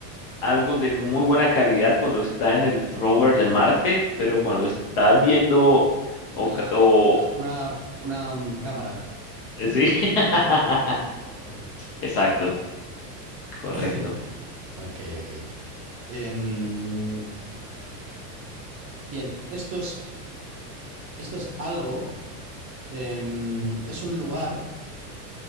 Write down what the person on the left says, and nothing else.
algo de muy buena calidad cuando está en el rover de Marte, pero cuando está viendo o,
ca- o-
sí, <laughs>
exacto, correcto.